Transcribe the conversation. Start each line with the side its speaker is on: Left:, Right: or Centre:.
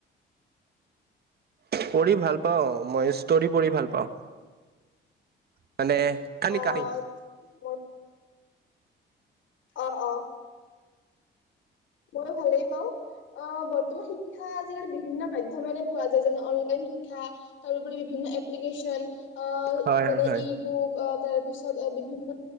Right: পঢ়ি ভাল পাওঁ, মই ষ্টৰি পঢ়ি ভাল পাওঁ। মানে কানি
Left: অ'।
Right: কাহি
Left: অ', অ'। ময়ো ভালেই পাওঁ। অ', বৰ্তমান শিক্ষা আজিকালি বিভিন্ন মাধ্যমেৰে পোৱা যায়। যেনে, অনলাইন শিক্ষা তাৰোপৰি বিভিন্ন এপলিকেচন অ,
Right: হয়
Left: যেনে
Right: হয় হয়
Left: ই বুক, অ'। তাৰপিছত এ, বিভিন্ন